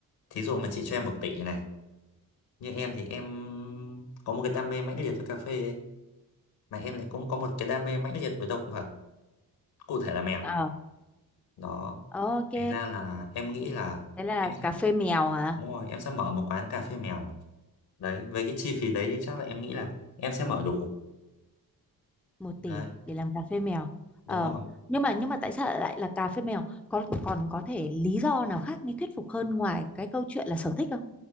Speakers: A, on the left; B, in the centre.
A: Thí dụ mà chị cho em một tỷ này. Như em thì em có một cái đam mê mãnh liệt với cà phê ấy. Mà em lại cũng có một cái đam mê mãnh liệt với động vật. Cụ thể là mèo.
B: Ờ,
A: Đó.
B: ok.
A: Thành ra là em nghĩ là
B: Thế là
A: em sẽ
B: cà phê mèo hả?
A: đúng rồi, em sẽ mở một quán cà phê mèo. Đấy, với cái chi phí đấy thì chắc là em nghĩ là em sẽ mở đủ.
B: Một
A: Đấy,
B: tỷ để làm cà phê mèo.
A: đúng
B: Ờ,
A: rồi.
B: nhưng mà nhưng mà tại sao lại là cà phê mèo? Có còn có thể lý do nào khác mới thuyết phục hơn ngoài cái câu chuyện là sở thích không?